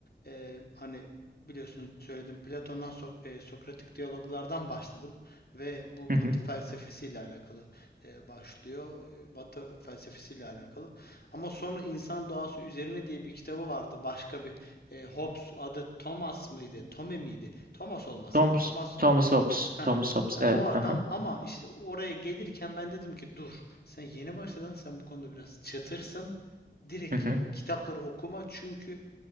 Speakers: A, on the left (about 60°); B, on the right (about 50°).
A: Eee, hani biliyorsunuz söyledim Platon'dan Sok- e, Sokratik diyaloglardan başladım ve bu
B: hı
A: Batı
B: hı.
A: felsefesiyle alakalı e, başlıyor. E, Batı felsefesiyle alakalı. Ama sonra İnsan Doğası Üzerine diye bir kitabı vardı. Başka bir e, Hobbes adı Thomas mıydı? Tome miydi? Thomas olması
B: Thomas,
A: lazım. Thomas
B: Thomas Hobbes,
A: Heh,
B: Thomas Hobbes
A: ha,
B: evet.
A: o adam
B: hı hı,
A: ama işte oraya gelirken ben dedim ki dur sen yeni başladın sen bu konuda biraz çatırsın. Direkt
B: hı hı.
A: kitapları okuma çünkü